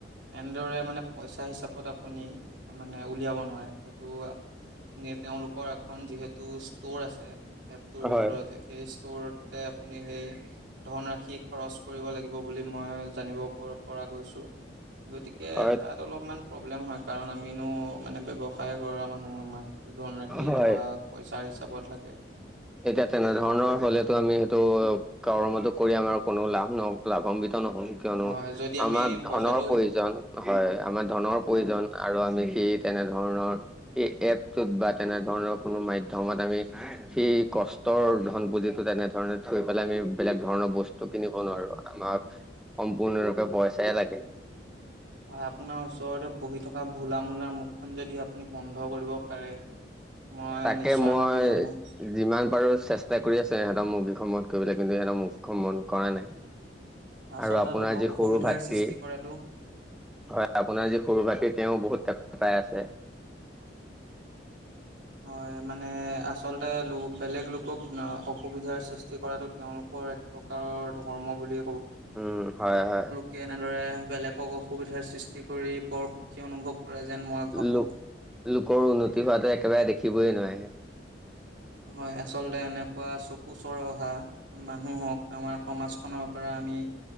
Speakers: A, on the right; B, in the centre.
A: এনেদৰে মানে পইচা হিচাপত আপুনি মানে উলিয়াব নোৱাৰে। তো তেওঁলোকৰ এখন যিহেতু ষ্ট'ৰ আছে এপটোৰ ভিতৰতে।
B: হয়
A: সেই ষ্টৰটোতে আপুনি সেই ধনৰাশি খৰচ কৰিব লাগিব বুলি মই জানিব প কৰা গৈছো। গতিকে
B: হয়
A: তাত অলপমান প্ৰব্লেম হয় কাৰণ আমিনো মানে ব্যৱ কৰা মানুহ আমাক ধনৰাশি
B: হয়।
A: এনেকুৱা পইচাৰ হিচাপত লাগে।
B: এতিয়া তেনেধৰণৰ হ'লেতো আমি সেইটো কৰ্মতো কৰি আমাৰ কোনো লাভ নহ' লাভান্বিত নহ'ম। কিয়নো
A: হয় যদি আমি
B: আমাক
A: পইচাটো
B: ধনৰ প্ৰয়োজন হয় আমাৰ ধনৰ প্ৰয়োজন
A: হয়
B: আৰু আমি সেই তেনে ধৰণৰ এই এপটোত বা তেনেধৰণৰ কোনো মাধ্যমত আমি সেই কষ্টৰ ধন পুজিটো তেনেধৰণে থৈ পেলাই আমি বেলেগ ধৰণৰ বস্তু কিনিব নোৱাৰো। আমাক সম্পূৰ্ণৰূপে পইচাই লাগে।
A: হয়, আপোনাৰ ওচৰতে বহি থকা ভোলা মূলাৰ মুখখন যদি আপুনি বন্ধ কৰিব পাৰে। মই
B: তাকে
A: নিশ্চয়
B: মই
A: আনন্দিত হ'ম।
B: যিমান পাৰো চেষ্টা কৰি আছে সিহঁতক মুখ কিখন বন্ধ কৰিবলৈ কিন্তু সিহঁতক মুখ কিখন বন্ধ কৰা নাই।
A: আচলতে
B: আৰু আপোনাৰ
A: লোকক
B: যি সৰু
A: অসুবিধাৰ
B: ভাতৃ
A: সৃষ্টি কৰাটো
B: হয়। আপোনাৰ যি সৰু ভাইটি তেওঁ বহুত তেপ
A: হেল্ল'
B: তেপাই আছে।
A: হয়, মানে আচলতে লোক বেলেগ লোকক অ' অসুবিধাৰ সৃষ্টি কৰাটোত তেওঁলোকৰ এক প্ৰকাৰৰ ধৰ্ম বুলি
B: উম, হয়, হয়।
A: কে এনেদৰে বেলেগক অসুবিধাৰ সৃষ্টি কৰি বৰ সুখী অনুভৱ কৰে যেন মই ভাবোঁ।
B: লোক লোকৰ উন্নতি হোৱাটো একেবাৰে দেখিবইে নোৱাৰি আহে।
A: হয়, আচলতে এনেকুৱা চকু চৰহা। মানুহক আমাৰ সমাজখনৰ পৰা আমি